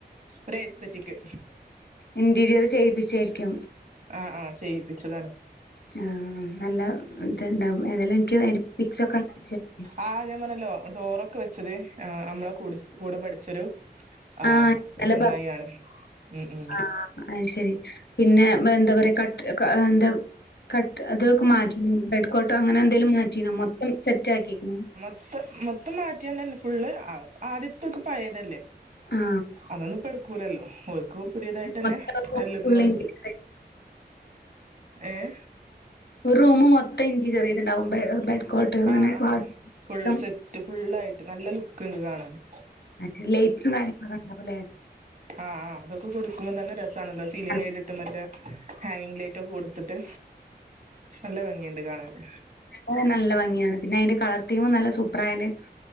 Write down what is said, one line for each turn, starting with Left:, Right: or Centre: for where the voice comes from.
Right: ഒരു ഏസ്തെറ്റിക്ക്.
Left: ഇന്റീരിയറ് ചെയ്യിപ്പിച്ചേയിരിക്കും.
Right: ആഹ് ആഹ് ചെയ്യിപ്പിച്ചതാണ്.
Left: ആഹ് നല്ല ഇത്ണ്ടാവും. ഏതായാലും എനിക്ക് അതിന്റെ പിക്സ് ഒക്കെ അയച്ചു തന്നേ.
Right: ആഹ് ഞാൻ പറഞ്ഞല്ലോ ഡോറൊക്കെ വെച്ചത് നമ്മളെ കുടി കൂടെ പഠിച്ചൊരു ആഹ്,
Left: ആ ഇന്നലെ
Right: ചെങ്ങായി
Left: പറ
Right: ആണ്. ഉം, ഉം
Left: ആ അത് ശരി. പിന്നെ എന്താ പറയാ കട്ട് എന്താ കട്ട് അതൊക്കെ മാറ്റിനോ, ബെഡ് കോട്ടോ അങ്ങനെ എന്തേലും മാറ്റിനോ? മൊത്തം സെറ്റ് ആക്കിക്കണോ?
Right: ഇപ്പം മൊത്തം മാറ്റിയണ്ടെ ന്നെ ഫുള്ള്. ആദ്യത്തൊക്ക പയേതല്ലേ?
Left: ആ
Right: അതൊന്നും ഇപ്പ എടുക്കൂലല്ലോ? ഓർക്ക് പുതിയതായിട്ട് തന്നെ
Left: മൊത്തം
Right: നല്ലതു
Left: ഫുൾ
Right: വാങ്ങി.
Left: ഇന്റീരിയർ
Right: ഏഹ്.
Left: ഒരു റൂമ് മൊത്തം ഇൻ്റീരിയർ ചെയ്തണ്ടാകും. ബെ ബെഡ് കോട്ട് അങ്ങനെ
Right: ആഹ്, ആഹ്,
Left: വാർഡ്രോബ്
Right: ഫുള്ള്
Left: മൊത്തം
Right: സെറ്റ്. ഫുള്ളായിട്ട് നല്ല ലുക്ക്ണ്ട് കാണാന്.
Left: മറ്റേ ലൈറ്റും കാര്യങ്ങളൊക്കെ ണ്ടാവൂ ല്ലേ?
Right: ആഹ്, ആഹ് അതൊക്കെ കൊടുക്കുമ്പോ തന്നെ രസാണല്ലോ? സീലിങ്ങ്
Left: അല്ല.
Right: ചെയ്തിട്ടും മറ്റേ... ഹാങ്ങ്ലൈറ്റ് ഒക്കെ കൊടുത്തിട്ട്, നല്ല ഭംഗിയുണ്ട് കാണാന്.
Left: അതന്നെ നല്ല ഭംഗിയാണ്. പിന്നെ അതിന്റെ കളർ തീമും നല്ല സൂപ്പറായാല്